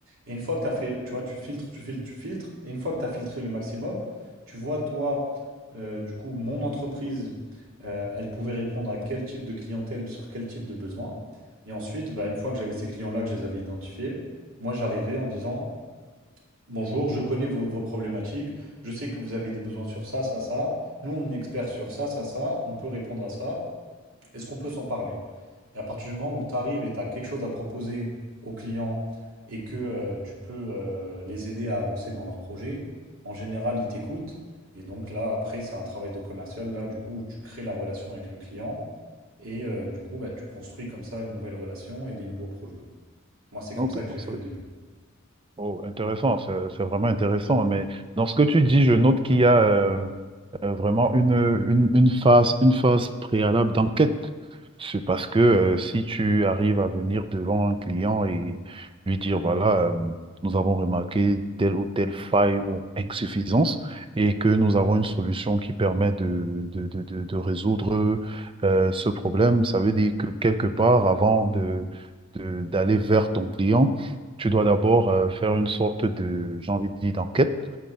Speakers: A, on the right; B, on the right.
A: Et une fois que tu as fait, tu vois, tu filtres, tu filtres, tu filtres, et une fois que tu as filtré le maximum, tu vois, toi, euh, du coup, mon entreprise, euh, elle pouvait répondre à quel type de clientèle, sur quel type de besoin. Et ensuite, bah, une fois que j'avais ces clients-là, que je les avais identifiés, moi, j'arrivais en disant, Bonjour, je connais vos, vos problématiques, je sais que vous avez des besoins sur ça, ça, ça. Nous, on est experts sur ça, ça, ça, on peut répondre à ça. Est-ce qu'on peut s'en parler? Et à partir du moment où tu arrives et tu as quelque chose à proposer aux clients et que euh, tu peux euh, les aider à avancer dans leur projet, en général, ils t'écoutent. Et donc là, après, c'est un travail de commercial. Là, du coup, tu crées la relation avec le client et euh, du coup, bah, tu construis comme ça une nouvelle relation et des nouveaux projets. Moi, c'est comme
B: Ok,
A: ça que
B: donc
A: j'ai fait
B: ça
A: au
B: veut
A: début.
B: Oh, intéressant, c'est c'est vraiment intéressant. Mais dans ce que tu dis, je note qu'il y a, euh, euh, vraiment une, une, une phase, une phase préalable d'enquête. C'est parce que euh, si tu arrives à venir devant un client et lui dire, voilà, euh, nous avons remarqué telle ou telle faille ou insuffisance et que nous avons une solution qui permet de, de, de- de- de résoudre euh, ce problème, ça veut dire que quelque part, avant de, de- d'aller vers ton client, tu dois d'abord euh, faire une sorte de, j'ai envie de dire, d'enquête